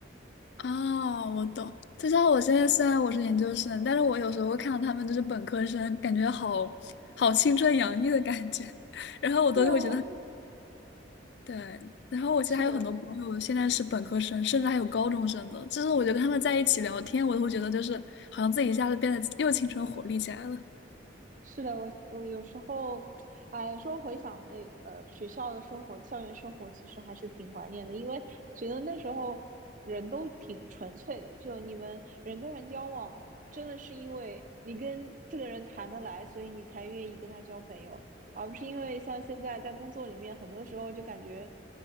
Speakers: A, on the left (about 65°); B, on the right (about 45°).
A: <laughs> 哦，我懂。就像我现在虽然我是研究生，但是我有时候会看到他们就是本科生，感觉好好青春洋溢的感觉，<laughs> 然后我都会觉得。
B: 对啊，
A: 对，然后我其实还有很多朋友现在是本科生，
B: 是的，
A: 甚至还有高中生的，就是我觉得跟他们在一起聊天，我都会觉得就是好像自己一下子变得又青春活力起来了。
B: 是的，我我有时候，哎，有时候回想那呃学校的生活、校园生活，其实还是挺怀念的，因为觉得那时候人都挺纯粹的，就你们人跟人交往，真的是因为你跟这个人谈得来，所以你才愿意跟他交朋友，而不是因为像现在在工作里面，很多时候就感觉